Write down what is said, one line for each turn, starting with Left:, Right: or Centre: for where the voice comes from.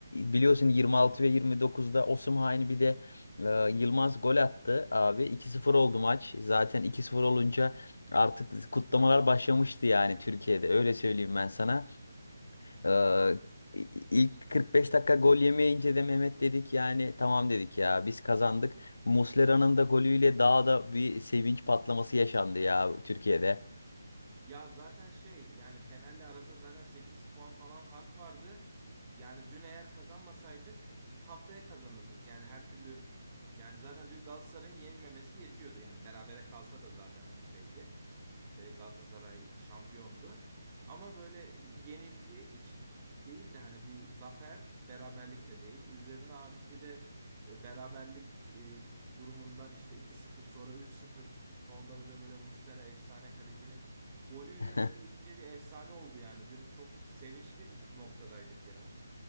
Left: biliyorsun 26 ve 29'da Osimhen bir de e, Yılmaz gol attı abi. 2-0 oldu maç. Zaten 2-0 olunca artık kutlamalar başlamıştı yani Türkiye'de öyle söyleyeyim ben sana.
Right: Evet.
Left: Ee, i- ilk 45 dakika gol yemeyince de Mehmet dedik yani tamam dedik ya biz kazandık. Muslera'nın da golüyle daha da bir sevinç patlaması yaşandı ya Türkiye'de.
Right: Ya zaten şey yani Fener'le arada zaten 8 puan falan fark vardı. Yani dün eğer kazanmasaydık e, haftaya kazanırdık. Yani her türlü yani zaten dün Galatasaray'ın yenilmemesi yetiyordu. Yani berabere kalsa da zaten hani şeydi. E, Galatasaray şampiyondu. Ama böyle yenilgi hiç değil de hani bir zafer, beraberlik de değil. Üzerine artı bir de e, beraberlik e, durumundan işte iki sıfır sonra üç sıfır sonda böyle böyle Muslera efsane kalecinin golüyle
Left: <laughs>
Right: böyle iyice bir efsane oldu yani. Dün çok sevinçli bir noktadaydık ya.